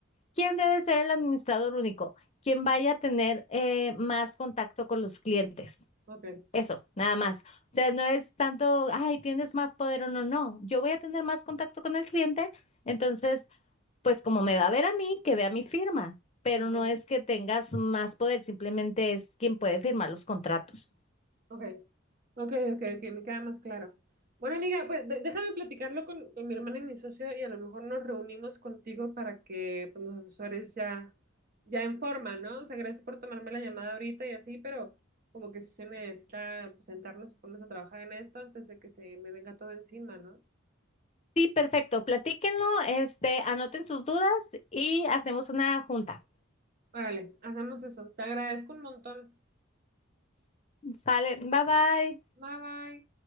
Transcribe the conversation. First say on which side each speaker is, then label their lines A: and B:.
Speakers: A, on the left; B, on the right.
A: ¿Quién debe ser el administrador único? Quien vaya a tener eh, más contacto con los clientes.
B: Ok.
A: Eso, nada más. O sea, no es tanto, ay, tienes más poder o no, no. Yo voy a tener más contacto con el cliente, entonces pues como me va a ver a mí, que vea mi firma, pero
B: ujú.
A: no es que tengas más poder, simplemente es quien puede firmar los contratos.
B: Ok, ok, ok, ok, me queda más claro. Bueno, amiga, pues de- déjame platicarlo con, con mi hermana y mi socio y a lo mejor nos reunimos contigo para que pues, los asesores ya, ya en forma, ¿no? O sea, gracias por tomarme la llamada ahorita y así, pero como que sí se necesita pues, sentarnos y ponernos a trabajar en esto antes de que se me venga todo encima, ¿no?
A: Sí, perfecto, platíquenlo, este, anoten sus dudas y hacemos una junta.
B: Órale, hacemos eso. Te agradezco un montón.
A: Salen, bye bye.
B: Bye bye.